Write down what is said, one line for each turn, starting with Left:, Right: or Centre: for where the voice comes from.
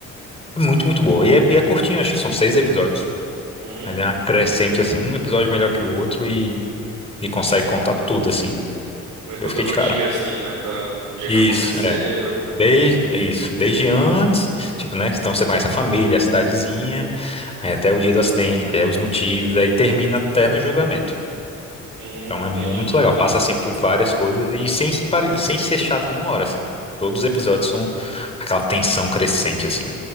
Left: muito, muito boa. E é, e é curtinho, acho que são seis episódios.
Right: Hum,
Left: Mas é uma crescente, assim, um episódio melhor que o outro e, e
Right: sim.
Left: consegue contar tudo, assim.
Right: Vai contando
Left: Eu fiquei de
Right: o
Left: cara.
Right: dia assim, né? Da, do dia
Left: Isso,
Right: que aconteceu.
Left: é. Desde, isso, desde antes, tipo, né? Então você conhece a família, a cidadezinha, aí até o dia do acidente, aí os motivos, aí termina até no julgamento.
Right: Hum,
Left: Então
Right: entendi.
Left: é muito legal, passa assim por várias coisas e sem, se pare- e sem ser chato nenhuma hora, assim. Todos os episódios são aquela tensão crescente, assim.